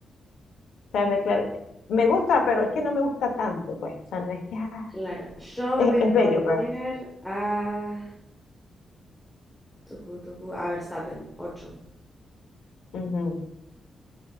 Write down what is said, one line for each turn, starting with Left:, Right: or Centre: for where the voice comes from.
Left: Charles Leclerc. Me gusta, pero es que no me gusta tanto, pues. O sea, no es que ah,
Centre: claro. Yo
Left: es,
Centre: voy a
Left: es bello,
Centre: poner
Left: pues.
Centre: a. Tucu, tucu, a Verstappen, ocho.
Left: Ujú.